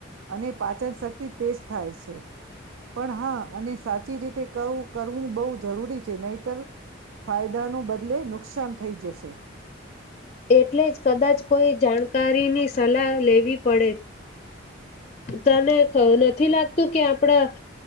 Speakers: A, on the right; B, on the left.
A: અને પાચન શક્તિ તેજ થાય છે. પણ હા અને સાચી રીત કહું કરવું બહુ જરૂરી છે. નહીતર ફાયદાનો બદલે નુક નુકસાન થઈ જશે.
B: એટલે જ કદાચ કોઈ જાણકારીની સલાહ લેવી પડે. તને <unintelligible> નથી લાગતું કે આપણા